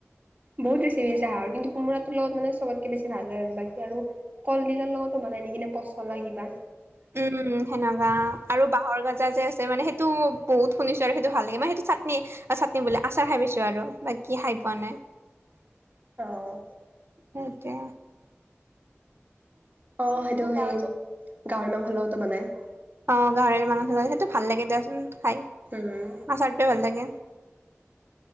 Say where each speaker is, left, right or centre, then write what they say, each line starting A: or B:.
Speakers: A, on the right (about 35°); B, on the right (about 60°).
A: বহুত ৰেচিপি আছে হাঁহৰ কিন্তু কোমোৰাটোৰ লগত মানে চবতকে বেছি ভাল হয় আৰু বাকী আৰু কলডিলৰ লগতো বন- আনি কিনে পচলা কিবা
B: উম সেনেকা আৰু বাঁহৰ গাজা যে আছে মানে সেইটো বহুত শুনিছো আৰু সেইটো ভাল লাগে মই সেইটো চাটনি অ চাটনি বোলে আচাৰ খাই পিছো আৰু বাকি খাই পোৱা নাই।
A: <unintelligible> অ',
B: হেতুয়ে
A: অ সেইটো হেই গাহৰি মাংসৰ লগতো বনাই।
B: অ গাহৰিৰ মানুহে সেইটো ভাল লাগে দিয়াচোন খাই,
A: উম।
B: আচাৰটোৱে ভাল লাগে।